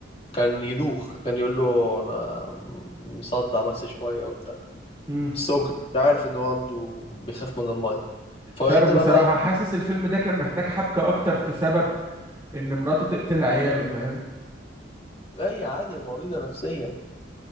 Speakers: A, on the left; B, on the right.
A: كان يدوخ كان يقول له انا مصدع بس شوية وبتاع
B: مم.
A: بس هو ما كانش عارف ان هو عنده بيخاف من المية فهو
B: مش
A: ايه
B: عارف
A: طلع
B: بصراحة
A: بقى
B: حاسس الفيلم ده كان محتاج حبكة اكتر في سبب ان مراته تقتل عياله فاهم
A: لا هي عادي مريضة نفسيا